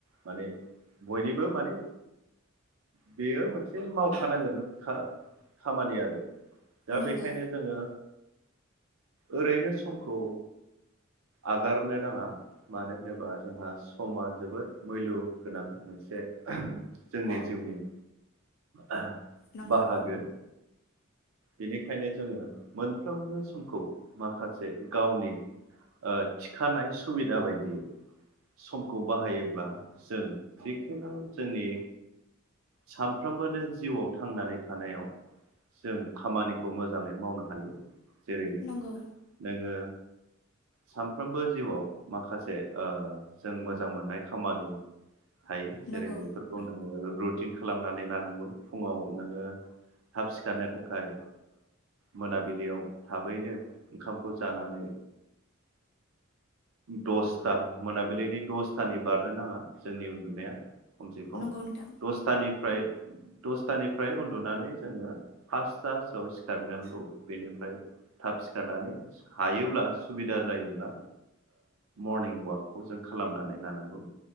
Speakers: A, on the right; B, on the left.
A: माने बयनिबो माने बेयो मोनसे मावखानांगोन खा खामानि आरो। दा
B: नंगौ
A: बेखायनो जोङो ओरैनो समखौ आगारनो नाङा। मानो होनोबा जोंहा स'मा जोबोद मैल' गोनां मोनसे जोंनि जिउनि। <inaudible>
B: नंगौ
A: बाहागो।
B: नंगौ
A: बेनिखायनो जोङो मोनफ्रोमबो समखौ माखासे गावनि ओ थिखानाय सुबिदा बायदियै समखौ बाहायोब्ला जों जिखुनु जोंनि साम फ्रोमबोनो जिउआव थांनानै थानायाव जों खामानिखौ मोजाङै मावनो हायो। जेरै
B: नंगौ
A: नोङो सानफ्रोमबो जिउआव माखासे ओ जों मोजां मोननाय खामानि हायो जेरै
B: नंगौ
A: बेफोरखौ नोंङो रुटिन खालामनानै लानांगौ फुंङाव नोंङो थाब सिखारनो थाखाय मोनाबिलियाव थाबैनो ओंखामखौ जानानै दसथा मोनाबिलिनि दसथानि बारनो नांङा जोंनि उन्दुनाया खमसे खम
B: नंगौ नोंथां
A: दसथानिफ्राय दसथानिफ्राय उन्दुनानै जोंङो फासथासोआव सिखारनांगौ बेनिफ्राय थाब सिखारनानै हायोब्ला सुबिदा जायोब्ला मरनिं अवाकखौ जों खालामनानै लानांगौ